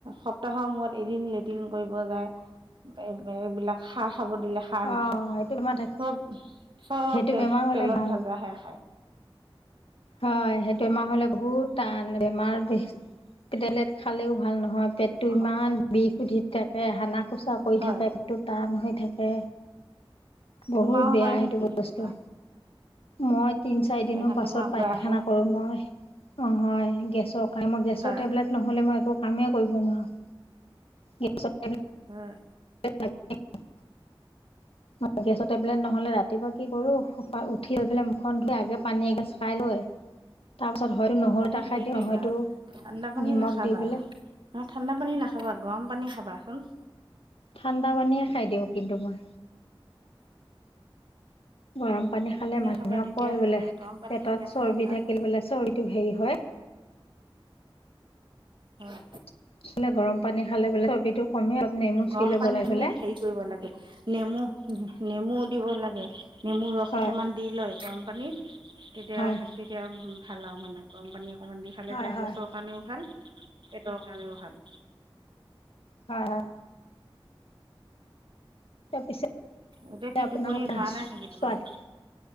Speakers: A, on the right (about 60°); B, on the left (about 90°).
A: সপ্তাহৰ মূৰত এদিন লেট্ৰিন কৰিব যায়। এ-এইবিলাক খা খাব দিলে খাৰ
B: অ
A: নাখায়,
B: সেইটো বেমাৰ থাক
A: চব চব
B: সেইটো
A: তেল
B: বেমাৰ হলে
A: তেলত
B: ভাল
A: ভাজা হেয়া খাই।
B: হয় সেইটো বেমাৰ হ'লে বহুত টান বেমাৰ বি, টেবলেট খালেও ভাল নহয়, পেটটো
A: অ',
B: ইমান বিষ উঠি থাকে, হানা খোচা কৰি
A: হয়
B: থাকে, পেটটো টান হৈ থাকে। বহুত
A: তোমাৰো
B: বেয়া
A: হয় নেকি
B: সেইটো
A: সেনেকুৱা
B: বস্তু, মই তিন চাৰি দিনৰ
A: টেঙা
B: পাছত
A: টেঙা উগাৰহে
B: পাই আৰু মই, হয়, গেছৰ কাৰণে, মই গেছৰ
A: হয়
B: টেবলেট নহ'লে মই একো কামেই কৰিব নোৱাৰো, গেছৰ টেবলেট
A: হয়।
B: <unintelligible> গেছৰ টেবলেট নহলে ৰাতিপুৱা কি কৰোঁ শু পা উঠি লৈ মুখখন ধুই আগে পানী এগিলাচ খাই লৈ তাৰ পাছত হয়তো নহৰু
A: পানী
B: এটা খাই
A: হেৰি
B: দিওঁ
A: কৰিবা,
B: নহয়তো
A: ঠাণ্ডা পানী
B: নিমখ
A: নাখাবা।
B: দি পেলাই
A: নহয় ঠাণ্ডা পানী নাখাবা, গৰম পানী খাবাচোন।
B: ঠাণ্ডা পানীয়ে খাই দিওঁ কিন্তু মই। গৰম পানী খালে মানুহে
A: খাবা তেতিয়াহ'লে
B: কয় বোলে
A: গৰম পানী
B: পেটত
A: খালে
B: চৰ্বি
A: মানে ভাল
B: থাকিল
A: আৰু
B: বোলে চৰ্বিটো হেৰি হয়
A: হয়।
B: <unintelligible> গৰম পানী খালে বোলে চৰ্বিটো কমে, নেমু
A: গৰম
B: চেপি ল'ব
A: পানী
B: লাগিলে
A: খিনিত হেৰি কৰিব লাগে, নেমু নেমু দিব লাগে নেমু ৰস
B: হয়
A: অকমান দি লৈ গৰম পানীত, এতিয়া
B: হয়
A: হে এতিয়া ভাল আৰু মানে, গৰম পানী অকণমান দি খালে
B: হয়
A: এতিয়া
B: হয়
A: গেছ কাৰণেও ভাল, পেটৰ কাৰণেও ভাল।
B: হয়, হয়। তাৰপিছত,
A: এতিয়া কি
B: নে আপোনালোকে
A: টোপনি ধৰা নাই নেকি তোমাৰ
B: ছোৱালী